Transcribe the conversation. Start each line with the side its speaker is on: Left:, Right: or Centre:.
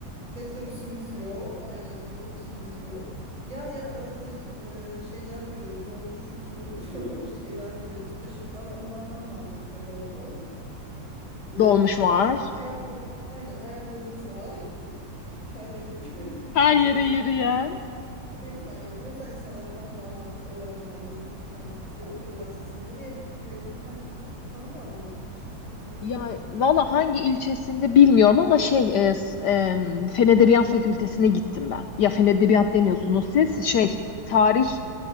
Right: metrobüsümüz yok. Aynen metrobüsümüz yok. Yer yer arada e, şeyler görüyoruz. Dolmuşumsu <laughs> şeyler görüyoruz. Taşıtlar. Onlardan var bizde bol bol. Bu.
Left: Dolmuş var.
Right: Bir de ayaklı aynen ayaklarımız var. Her yere <laughs> yürümeye
Left: Her yere
Right: çalışıyorlar.
Left: yürüyen.
Right: O yüzden yani o yüzden insanlar Tan Doğan'dan öğrenciler yazık sen gittin ya Ankara Üniversitesi'ne nereye kaydına hangi Tan Doğan'a mı gitmiştin? Nereye
Left: Ya
Right: gitmiştin
Left: valla
Right: o zaman?
Left: hangi ilçesinde bilmiyorum ama şey e, s- e, Fen Edebiyat Fakültesine gittim ben. Ya Fen Edebiyat
Right: Sığıye'ye.
Left: demiyorsunuz siz. Şey tarih,